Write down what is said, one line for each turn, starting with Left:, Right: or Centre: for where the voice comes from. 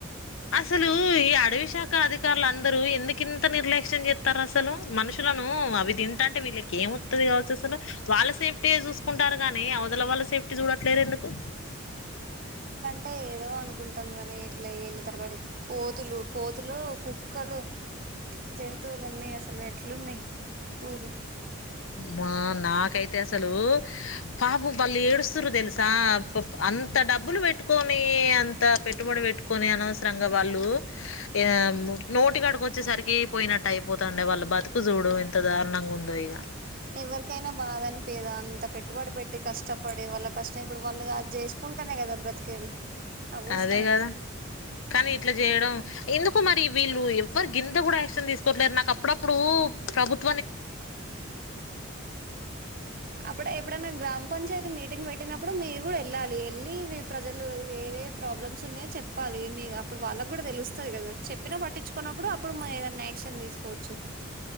Left: అసలు ఈ అడవి శాఖ అధికారుల అందరూ ఎందుకింత నిర్లే <unintelligible> స్తారు అసలు మనుషులను అవి తింటంటే వీళ్ళకి ఏమొత్తాది కావచ్చు అసలు వాళ్ళ సేఫ్టీ యే చూసుకుంటారు కాని అవతల వాళ్ళ సేఫ్టీ చూడట్లేరెందుకు
Right: టే ఏదో అనుకుంటాం కానీ ఇట్ల ఏళ్ళ తరబడి కోతులు కోతులు కుక్కలు జంతువులన్నీ అసలు ఎట్లున్నాయి ఊర్లు
Left: మా నాకైతే అసలు పాపం వాళ్ళు ఏడుస్తుర్రు తెలుసా ప అంత డబ్బులు పెట్టుకొని అంత పెట్టుబడి పెట్టుకొని అనవసరంగా వాళ్ళు య నోటికాడుకు వచ్చే సరికి పోయినట్టు అయిపోతుండాయ్ వాళ్ళ బతుకు చూడు ఇంత దారుణంగుందో ఇగ
Right: ఎవరికైనా బాధ అనిపియదా అంత పెట్టుబడి పెట్టి కష్టపడి వాళ్ళ కష్టం ఇప్పుడు వాళ్ళు అది చేసుకుంటేనే కదా బ్రతికేది అవి వస్తానే
Left: అదే కదా కానీ ఇట్లా చేయడం ఇందు మరి వీళ్ళు ఎవ్వరి గింద కూడా తీసుకోట్లేదు నాకు అప్పుడప్పుడు ప్రభుత్వ
Right: అప్పుడు ఎప్పుడైన గ్రామ పంచాయితీ మీ నీకు వెయిటింగ్ అప్పుడు మీరు కూడా ఎళ్ళాలి ఎళ్ళి ప్రజలు ఏవేవి ప్రాబ్లమ్స్ ఉన్నాయో చెప్పాలి మీ అప్పుడు వాళ్ళకు కూడా తెలుస్తది కదా చెప్పిన పట్టించుకోన్నప్పుడు అప్పుడు మరేదన్నా యాక్షన్ తీసుకోవచ్చు.